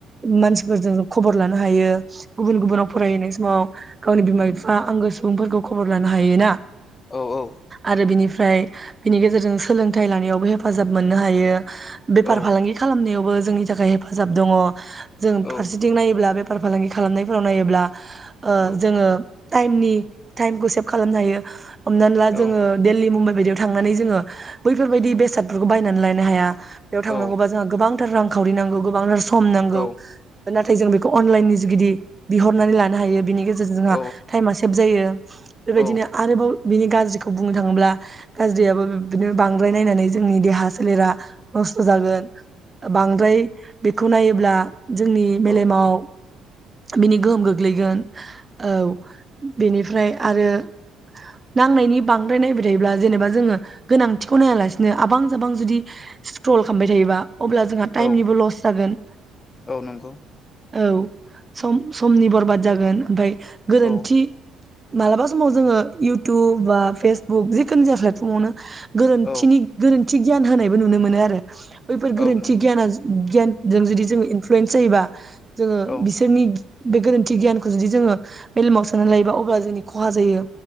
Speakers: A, on the right (about 25°); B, on the left (about 35°).
A: मानसिफोरजों खबर लानो हायो। गुबुन गुबुनाव फरायहैनाय समाव गावनि बिमा बिफा आंगो सुबुंफोरखौ खबर लानो हायोना?
B: औ औ
A: आरो बिनि फ्राय बिनि गेजेरजों सोलोंथाइ लानायावबो हेफाजाब मोननो हायो। बेफार
B: औ
A: फालांगि खालामनायाव बो जोंनि थाखाय हेफाजाब दङ। जों
B: औ
A: फारसेथिं नायोब्ला बे फार फालांगि खालामनायफोराव नायोब्ला ओ
B: औ
A: जोङो टाइमनि टाइमखौ सेभ खालामनो हायो। हमनानै ला
B: औ
A: जोङो देल्लि मुमबाइ बायदियाव थांनानै जोङो बैफोर बायदि बेसादफोरखौ बायनानै लायनो हाया। बेयाव
B: औ
A: थांनांगौबा जोंहा गोबां रांखावरि नांगौ गोबां <unintelligible>
B: औ
A: <unintelligible> नाथाय जों बेखौ अनलाइननि जुगिदि बिहरनानै लानो हायो बिनि गेजे - रजों जोंहा
B: औ
A: टाइमा सेब जायो बेबायदिनो
B: औ
A: आरोबाव बिनि गाज्रिखौ बुंनो थाङोब्ला गाज्रियाबो बिब्दिनो बांद्राय नायनानै जोंनि देहा सोलेरा नस्थ' जागोन बांद्राय बेखौ नायोब्ला जोंनि
B: औ
A: मेलेमाव बिनि गोहोम गोग्लैगोन औ बेनिफ्राय आरो नांनायनि बांद्राय नायबाय थायोब्ला जेनेबा जोङो गोनांथिखौ नायालासिनो आबां जाबां जुदि ट्रल खामबाय थायोबा अब्ला जोंहा
B: औ
A: टाइमनिबो लस जागोन
B: औ नंगौ
A: औ सम-समनि बरबाद जागोन ओमफाय गोरोन्थि
B: औ
A: मालाबा समाव जोङो इयउटुब बा फेसबुक जिखुनु जाया प्लेटफर्मावनो गोरोन्थिनि
B: औ
A: गोरोन थि गियान होनायबो नुनो मोनो आरो। बैफोर गोरोनथि
B: औ नंगौ
A: गियाना ज गियान जों जुदि जों इन फ्लुयेन्स जायोबा जोङो
B: औ
A: बिसोरनि गि बे गोरोन्थि गियानखौ जुदि जोङो मेलेमाव सोनानै लायोबा अब्ला जोंनि खहा जायो